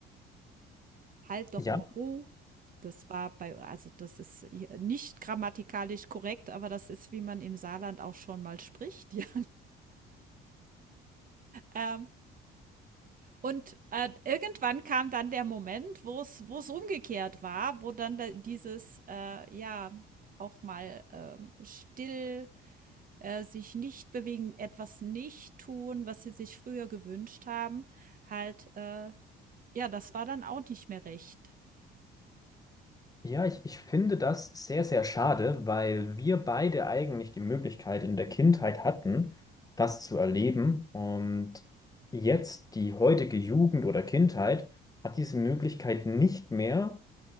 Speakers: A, on the right; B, on the left.
A: halt doch
B: Ja.
A: mal Ruhe. Das war bei, also das ist hier nicht grammatikalisch korrekt, aber das ist, wie man im Saarland auch schon mal spricht. <laughs> Ja. Ähm, Und, äh, irgendwann kam dann der Moment, wo es wo es umgekehrt war, wo dann da dieses, äh, ja, auch mal, ähm, still, äh, sich nicht bewegen, etwas nicht tun, was sie sich früher gewünscht haben, halt, äh ja, das war dann auch nicht mehr recht.
B: Ja, ich, ich finde das sehr, sehr schade, weil wir beide eigentlich die Möglichkeit in der Kindheit hatten, das zu erleben. Und jetzt die heutige Jugend oder Kindheit hat diese Möglichkeit nicht mehr